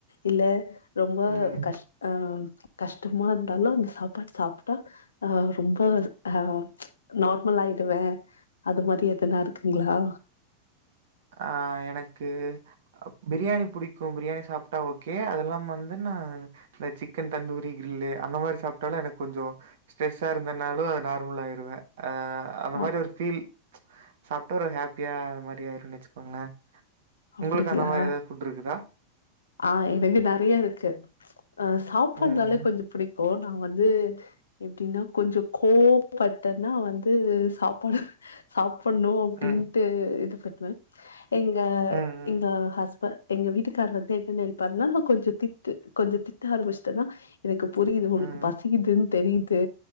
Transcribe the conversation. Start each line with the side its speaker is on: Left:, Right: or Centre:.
Left: இல்ல ரொம்ப
Right: ம்
Left: கஷ் ஆ கஷ்டமா இருந்தாலு அந்த சாப்பாடு சாப்ட்டா ஆ ரொம்ப ஆ நார்மல் ஆயிடுவே அது மாரி எதுனா இருக்குங்களா
Right: ஆ எனக்கு பிரியாணி புடிக்கு பிரியாணி சாப்ட்டா ஓகே அத எல்லாம் வந்து நா இந்த சிக் சிக்கன் தந்தூரி கிரில்லு அந்த மாரி சாப்ட்டாலு எனக்கு கொஞ்சோ ஸ்ட்ரெஸ்ஸா இருந்தனாலு அது நார்மலாயிருவே ஆ அந்த
Left: அ
Right: மாரி ஒரு பீல் சாப்ட்டா ஒரு ஹாப்பியா அது மாரி ஆயிரு <unintelligible> வச்சுக்கோங்களே
Left: அப்டிங்களா?
Right: உங்களுக்கு அந்த மாரி ஏதாவது புட் இருக்குதா
Left: ஆ இதுவே நறையா இருக்கு அ சாப்பாடுனால
Right: ம்.
Left: கொஞ்ச புடிக் ஓ நா வந்து எப்டின்னா கொஞ்ச கோவப்பட்டன்னா வந்து சாப்பாடு சாப்பணு அப்படின்ட்டு
Right: ம்.
Left: இது பண்ணுவே எங்க
Right: ம்.
Left: எங்க ஹஸ்பண்ட் எங்க வீட்டுக்காரர் வந்து என்ன நெனைப்பார்னா நா கொஞ்ச திட்டு கொஞ்ச திட்டு ஆரம்பிச்சுட்டன்னா எனக்கு புரியுது
Right: ம்.
Left: உனக்கு பசிக்குதுன் தெரியுது